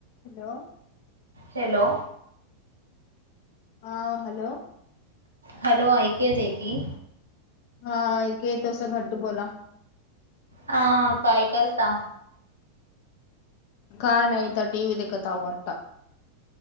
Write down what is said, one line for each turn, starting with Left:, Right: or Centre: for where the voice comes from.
Left: हॅलो
Right: हॅलो
Left: हा हॅलो
Right: हॅलो ऐकेत की
Left: हा क य तसं घट बोला
Right: हा काय करता
Left: काय नाहीता टी व्ही देखत वाटता